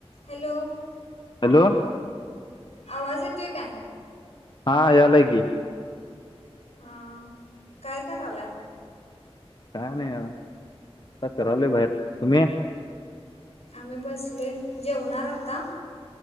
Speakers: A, on the left; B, on the left.
A: Hello!
B: Hello!
A: आवाज येतोय काय?
B: हा यालाय की.
A: हां, काय करालाय?
B: काय नाही ख आता फिरालोय बाहेर. तुम्ही?
A: आम्ही बसलोय, जेवणार आता.